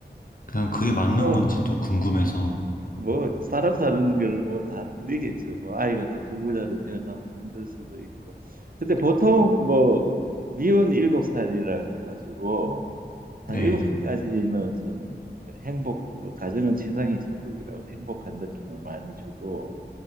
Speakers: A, on the left; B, on the right.
A: 그냥 그게
B: 뭐
A: 맞는 건지 또 궁금해서.
B: 뭐 사람 사는 거는 뭐 다 틀리겠죠. 뭐 아이가 또 불구자로 태어나면 힘들 수도 있고. 근데 보통 뭐 미운 일곱 살이라 그래가지고 한
A: 네,
B: 일곱 살까지는 좀 행복, 뭐 가정은 지상이 천국이라고 행복한 느낌을 많이 주고